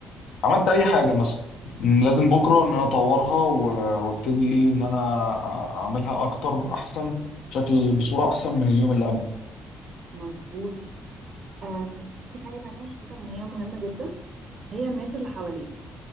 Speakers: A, on the left; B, on the right.
A: عملت اي حاجه مثلا م- لازم بكره ان انا اطورها و- وابتدي ايه ان انا أ- اعملها اكتر احسن بشكل بصوره احسن من اليوم اللي قبله
B: مظبوط أم في حاجة تانية شايفة ان هي مهمة جدا هي الناس اللي حواليك